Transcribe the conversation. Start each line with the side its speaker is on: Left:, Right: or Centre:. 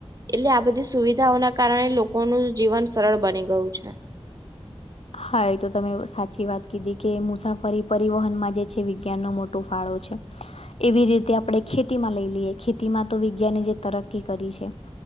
Right: એટલે આ બધી સુવિધાઓ ના કારણે લોકોનું જીવન સરળ બની ગયું છે.
Left: હા એ તો તમે સાચી વાત કીધી કે મુસાફરી પરિવહનમાં જે છે વિજ્ઞાનનો મોટ- - ફાળો છે. એવી રીતે આપણે ખેતીમાં લઈ લઈએ ખેતીમાં તો વિજ્ઞાને જે તરકી કરી છે.